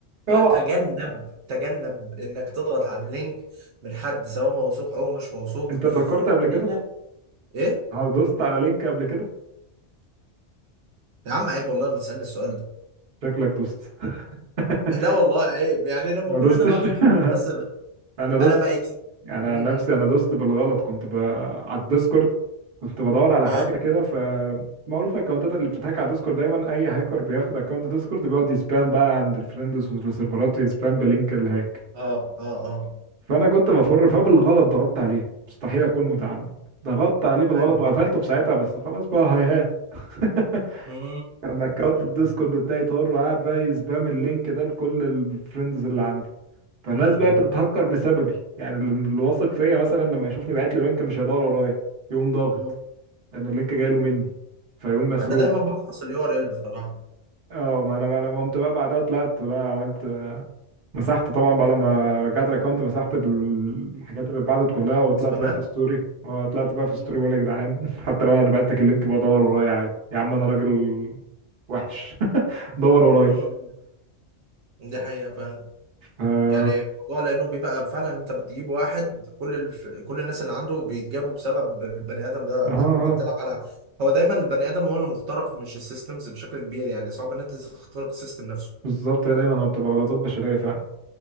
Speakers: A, on the right; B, on the right.
A: اوعى
B: تجنب تجنب انك تضغط على لينك من حد سواء موثوق او مش موثوق
A: انت فكرت قبل كده
B: الا ايه
A: دوست على لينك قبل كده
B: يا عم عيب والله ما تسألني السؤال ده
A: شكلك دوست <laughs>
B: لا والله عيب يعني لما
A: ما
B: كنا
A: دوستش
B: انا بعمل كده بس ب-
A: <laughs> انا دوست
B: انا بقى
A: يعني
B: اه
A: عن نفسي انا دوست بالغلط كنت ب... على الديسكورد كنت بدور على
B: اه
A: حاجه كده فمعروف الاكونتات اللي بتتهاك على الديسكورد دايما اي هاكر بياخد اكونت ديسكورد بيقعد يسبام بقى عند الفريندز والسيرفرات ويسبام بلينك الهاك
B: اه اه
A: فانا كنت بفر فبالغلط ضغطت عليه مستحيل اكون متعمد ضغطت عليه بالغلط
B: ايوه
A: وقفلته في ساعتها بس خلاص بقى هاي هات <laughs>
B: مم،
A: كان اكونت الديسكورد
B: مم،
A: بتاعي طار وقاعد بقى يسبام اللينك ده لكل الفريندز اللي عندي فالناس
B: مم،
A: بقى بتتهكر بسببي يعني اللي اللي واثق فيا مثلا لما يشوفني بعت له لينك مش هيدور ورايا يقوم ضاغط
B: مم.
A: لان اللينك جاي له مني فيقوم مسروق
B: انا دايما بفحص اليو ار ال بصراحة
A: اه ما انا ما انا قمت بقى بعدها طلعت بقى عملت آه، مسحت طبعا بعد ما رجعت الاكونت مسحت ال- الحاجات اللي اتبعتت كلها وطلعت
B: السبامات
A: بقى في ستوري وطلعت بقى في
B: مم،
A: ستوري بقول يا جدعان <laughs> حتى لو انا اللي بعتك اللينك بدور ورايا عادي يا عم انا راجل وحش <laughs> دور ورايا
B: مم. دي حقيقة فعلا
A: ف- اه
B: يعني الموضوع لانه بيبقى فعلا انت بتجيب واحد كل الف... كل الناس اللي عنده بيتجابوا بسبب البني ادم ده
A: اه آه،
B: فاهم انت بتلعب على هو دايما البني ادم هو اللي مخترق مش السيستمز بشكل كبير يعني صعب ان انت تخترق السيستم نفسه
A: بالظبط هي دايما بتبقى غلطات بشرية فعلا